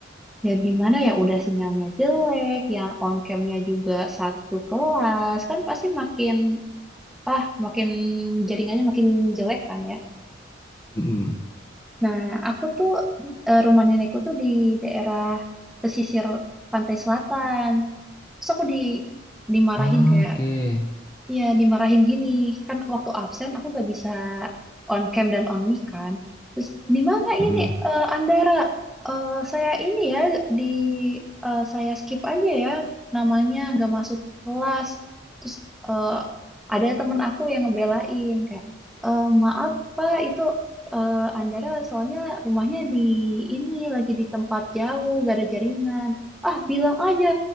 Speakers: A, in the centre; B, on the left.
A: Ya gimana ya udah sinyalnya jelek, yang on camnya juga satu kelas, kan pasti makin ah makin jaringannya makin jelek kan ya.
B: Hmm.
A: Nah, aku tuh eh, rumah nenekku tuh di daerah pesisir pantai selatan. Terus aku di dimarahin
B: Ah,
A: kayak
B: Oke. Okay.
A: Iya, dimarahin gini. Kan waktu absen aku gak bisa on cam dan on mic kan. Terus di mana
B: Hmm.
A: ini eh, Andara? Eh, saya ini ya di eh, saya skip aja ya namanya gak masuk kelas. Terus eh, ada temen aku yang ngebelain kayak "Eh, maaf Pak itu eh, Andara soalnya rumahnya di ini lagi di tempat jauh gak ada jaringan. Ah bilang aja.